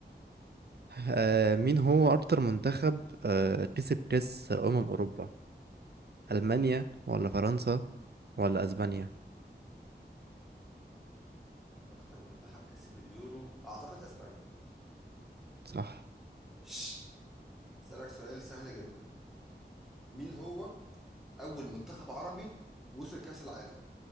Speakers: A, on the right; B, in the centre.
A: آه مين هو اكتر منتخب آه كسب كاس امم اوروبا المانيا ولا فرنسا ولا اسبانيا
B: اكتر منتخب كسب اليورو اعتقد اسبانيا
A: صح
B: شش. أسألك سؤال سهل جدا مين هو أول منتخب عربي وصل كأس العالم؟